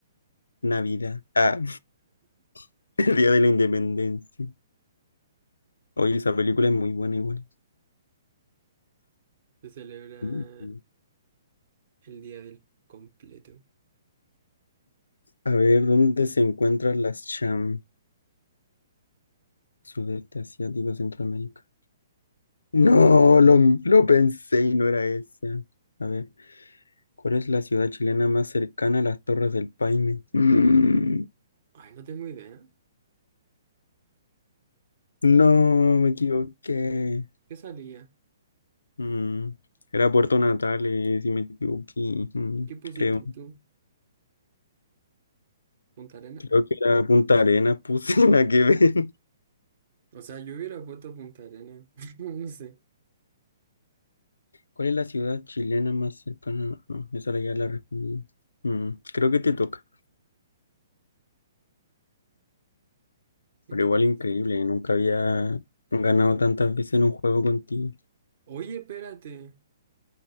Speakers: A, on the left (about 70°); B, on the right (about 45°).
A: Navidad. Ah, <laughs> el Día de la Independencia. Oye, esa película es muy buena igual.
B: Se celebra
A: Mm.
B: el día del completo.
A: A ver, ¿dónde se encuentran las Cham? Sudeste Asiático, Centroamérica. No, lo, lo pensé y no era esa. A ver, ¿cuál es la ciudad chilena más cercana a las Torres del Paine? Mm,
B: Ay, no tengo idea.
A: no, me equivoqué.
B: ¿Qué salía?
A: Mm, era Puerto Natales, si me equivoqué, mm,
B: ¿Y qué pusiste
A: creo.
B: tú? ¿Punta Arena?
A: Creo
B: Ah.
A: que era Punta Arenas, puse <laughs> la que ven.
B: O sea, yo hubiera puesto Punta Arena. <laughs> No sé.
A: ¿Cuál es la ciudad chilena más cercana? No, esa la ya la respondí. Mm, creo que te toca.
B: veinticuatro
A: Pero igual increíble, nunca había ganado tantas veces en un juego contigo.
B: Oye, espérate.